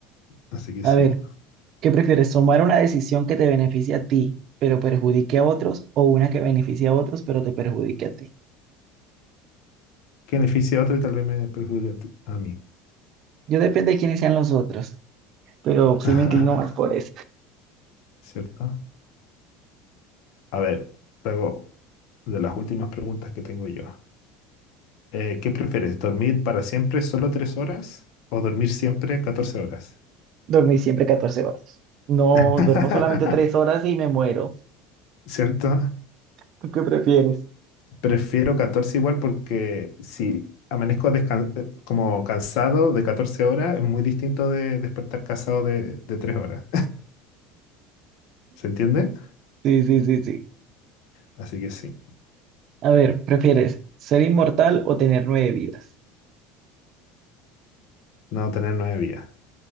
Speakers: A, on the left (about 65°); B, on the right (about 45°).
A: Así que
B: A
A: sí.
B: ver, ¿qué prefieres? ¿Tomar una decisión que te beneficie a ti, pero perjudique a otros, o una que beneficie a otros, pero te perjudique a ti?
A: Que beneficia a otro y tal vez me perjudique a ti- a mí.
B: Yo depende de quiénes sean los otros, pero sí
A: <laughs>
B: me inclino más por eso.
A: ¿Cierto? A ver, te hago de las últimas preguntas que tengo yo. Eh, ¿qué prefieres? ¿Dormir para siempre solo tres horas o dormir siempre 14 horas?
B: Dormir siempre 14 horas. No,
A: <laughs>
B: duermo solamente 3 horas y me muero.
A: ¿Cierto?
B: ¿Tú qué prefieres?
A: Prefiero 14 igual porque si amanezco descan- eh, como cansado de 14 horas, es muy distinto de despertar cansado de, de 3 horas. <laughs> ¿Se entiende?
B: Sí, sí, sí, sí.
A: Así que sí,
B: A ver, ¿prefieres ser inmortal o tener nueve vidas?
A: no tener nueve vías.